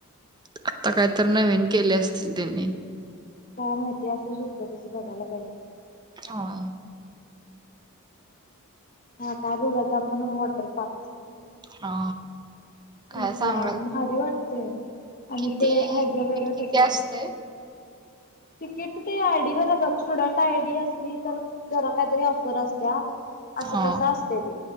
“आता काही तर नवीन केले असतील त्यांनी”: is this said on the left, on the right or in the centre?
Right